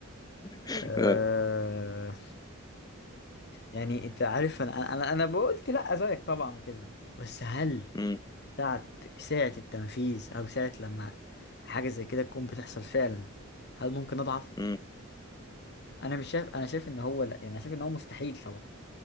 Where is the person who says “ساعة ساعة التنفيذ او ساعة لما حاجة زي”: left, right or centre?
Left